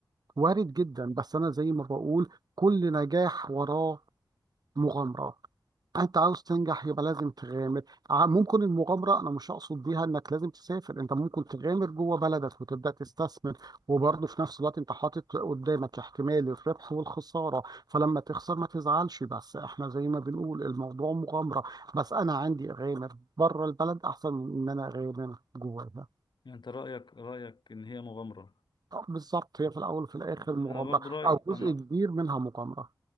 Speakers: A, on the right (about 60°); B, on the left (about 75°).
A: وارد جدا بس أنا زي ما بقول كل نجاح وراه مغامرة انت عاوز تنجح يبقى لازم تغامر ع- ممكن المغامره انا مش اقصد بيها انك لازم تسافر انت ممكن تغامر جوه بلدك وتبدا تستثمر وبرضه في نفس الوقت انت حاطط قدامك احتمال الربح والخساره فلما تخسر ما تزعلش بس احنا زي ما بنقول الموضوع مغامره بس انا عندي اغامر بره البلد احسن من ان انا اغامر جواها
B: يعني انت رأيك رأيك ان هي مغامرة
A: آه، بالظبط هي في الاول وفي الاخر
B: انا
A: مغامره
B: برضو رأيي
A: او جزء
B: انا
A: كبير منها مغامره